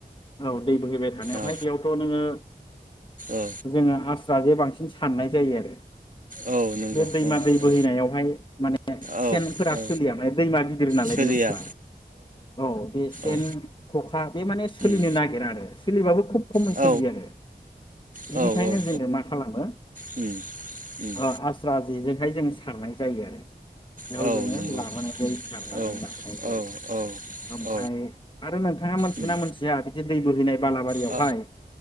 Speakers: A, on the left; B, on the right.
A: औ दै बोहैबाय थानायावहाय
B: औ
A: बेयावथ' नोङो
B: औ
A: जोङो आस <unintelligible> बांसिन साननाय जायो आरो
B: औ नंगौ
A: बे दैमा
B: औ
A: दै बोहैनायावहाय
B: औ
A: माने
B: औ
A: सेनफोरा
B: औ
A: सोलिया माने दैमा गिदिर नालाय
B: सोलिया
A: बे बुस्थुआ औ बे सेन
B: औ
A: खखा बे माने सोलिनो
B: उम
A: नागिरा आरो सलिबाबो खुब खमै
B: औ
A: सोलियो आरो बिनिखायनो
B: औ औ
A: जोङो मा खालामो
B: उम उम
A: ओ आस्रा जेजों बेहाय जों सारनाय जायो आरो बेयाव
B: औ
A: जोङो
B: नंगौ
A: लाबोनाय जायो सारनानै
B: औ
A: लाबोनाय जायो
B: औ औ
A: ओमफ्राय
B: औ
A: आरो नोंथाङा मोनथिगोन
B: उम
A: ना मोनथिया बिदि दै बोहैनाय बालाबारियावहाय
B: ओ